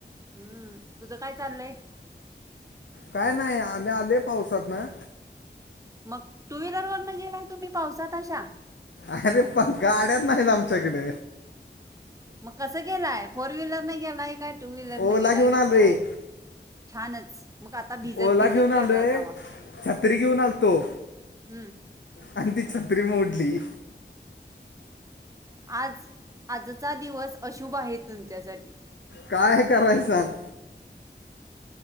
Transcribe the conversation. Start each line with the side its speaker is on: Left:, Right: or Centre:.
Right: हम्म तुझं काय चाललंय?
Left: काय नाही आम्ही आलोय पावसात ना
Right: मग टू व्हीलर वरण गेलाय तुम्ही? पावसात अशा?
Left: अरे पण गाड्याच नाहीत आमच्याकड.
Right: मग कसं गेलाय फोर व्हीलरने गेलाय काय टू व्हीलर
Left: ओला
Right: न गेलाय
Left: घेऊन
Right: विचारालोइ?
Left: आलोय
Right: छानच! मग आता भिजत
Left: ओला
Right: भिजत
Left: घेऊन आलोय
Right: घरला जावा.
Left: छत्री घेऊन आलतो
Right: हम्म
Left: आणि ती छत्री मोडली.
Right: आज आजचा दिवस अशुभ आहे तुमच्यासाठी
Left: काय करायच सांगा??